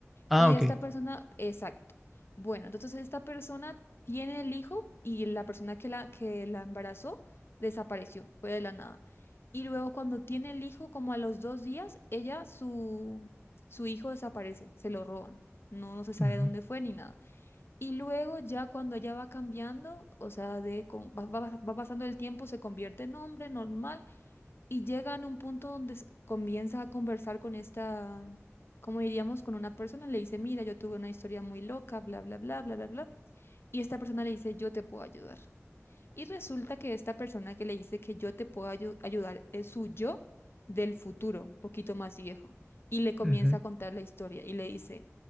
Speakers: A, in the centre; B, on the left (about 50°).
A: Ah,
B: Y
A: ok.
B: esta persona, exacto. Bueno, entonces esta persona tiene el hijo y la persona que la, que la embarazó desapareció, fue de la nada. Y luego cuando tiene el hijo, como a los dos días, ella, su, su hijo desaparece, se lo roban. No, no se sabe
A: Ujú,
B: dónde fue ni nada. Y luego ya cuando ella va cambiando, o sea, de, con- va, va- va pasando el tiempo, se convierte en hombre normal y llega a un punto donde s- comienza a conversar con esta, como diríamos, con una persona, le dice, mira, yo tuve una historia muy loca, bla, bla, bla, bla, bla, bla, y esta persona le dice, yo te puedo ayudar. Y resulta que esta persona que le dice que yo te puedo ayu- ayudar es su yo del futuro, un poquito más viejo, y le comienza
A: ujú,
B: a contar la historia y le dice,